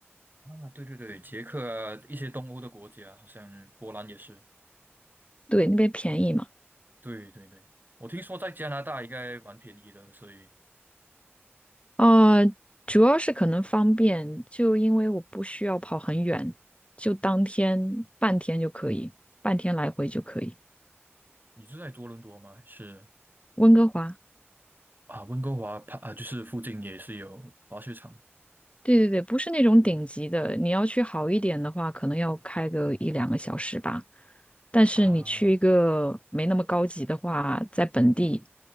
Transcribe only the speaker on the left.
对，那边便宜嘛。
呃，主要是可能方便，就因为我不需要跑很远，就当天半天就可以，半天来回就可以。
温哥华，
对对对，不是那种顶级的，你要去好一点的话，可能要开个一两个小时吧。但是你去一个没那么高级的话，
在本地